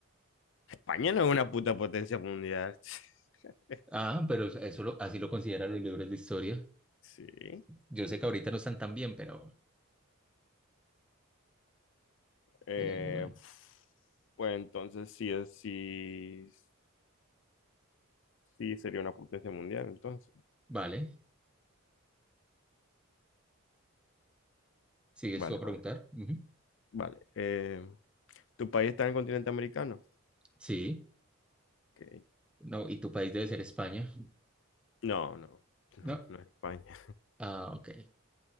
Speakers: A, on the left; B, in the centre.
A: España no es una puta potencia mundial. <laughs>
B: Ah, pero eso lo- así lo consideran los libros de historia.
A: Sí.
B: Yo sé que ahorita no están tan bien, pero,
A: Eh,
B: pero bueno.
A: pues entonces sí, es- sí, sí sería una potencia mundial, entonces.
B: Vale, sigues
A: Vale,
B: tú a preguntar.
A: vale,
B: Ujú.
A: vale. Eh, ¿Tu país está en el continente americano?
B: Sí,
A: Ok.
B: no, y tu país debe ser España.
A: No, no, no,
B: No.
A: no es España.
B: Ah, ok.